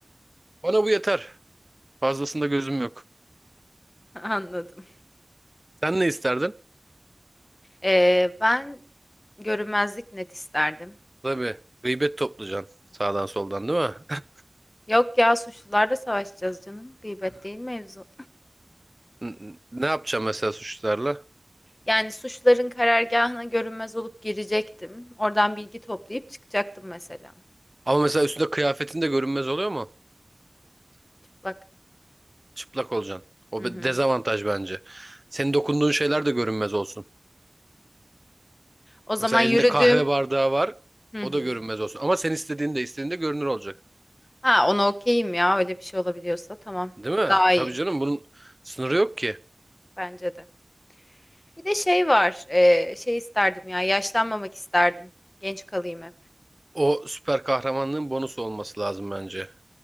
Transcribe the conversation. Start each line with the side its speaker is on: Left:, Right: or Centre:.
Right: Bana bu yeter. Fazlasında gözüm yok.
Left: <laughs> Anladım.
Right: Sen ne isterdin?
Left: Ee, ben görünmezlik net isterdim.
Right: Tabii. Gıybet toplayacaksın sağdan soldan değil mi? <laughs>
Left: Yok ya suçlularla savaşacağız canım. Gıybet değil mevzu.
Right: N- Ne yapacağım mesela suçlularla?
Left: Yani suçların karargahına görünmez olup girecektim. Oradan bilgi toplayıp çıkacaktım mesela.
Right: Ama mesela üstünde kıyafetin de görünmez oluyor mu?
Left: Çıplak.
Right: Çıplak olacaksın. O
Left: Hı
Right: bir
Left: hı.
Right: dezavantaj bence. Senin dokunduğun şeyler de görünmez olsun.
Left: O zaman
Right: Mesela
Left: yürüdüğüm.
Right: elinde kahve bardağı var.
Left: Hı hı.
Right: O da görünmez olsun. Ama sen istediğinde istediğinde görünür olacak.
Left: Ha ona okeyim ya öyle bir şey olabiliyorsa tamam.
Right: Değil mi?
Left: Daha
Right: Tabii
Left: iyi.
Right: canım bunun sınırı yok ki.
Left: Bence de. Bir de şey var. e, şey isterdim ya. Yaşlanmamak isterdim. Genç kalayım hep.
Right: O süper kahramanlığın bonusu olması lazım bence.